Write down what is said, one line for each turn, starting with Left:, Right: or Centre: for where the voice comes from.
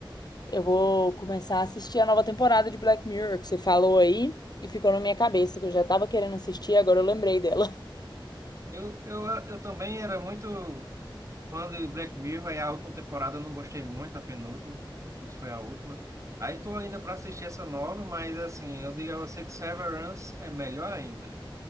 Left: eu vou começar a assistir a nova temporada de Black Mirror, que você falou aí, e ficou na minha cabeça, que eu já tava querendo assistir, agora eu lembrei dela. <laughs>
Right: Eu, eu, eu também era muito fã de Black Mirror, aí a última temporada eu não gostei muito, a penúltima, ou se foi a última. Aí tô ainda para assistir essa nova, mas assim, eu digo a você que Severance é melhor ainda.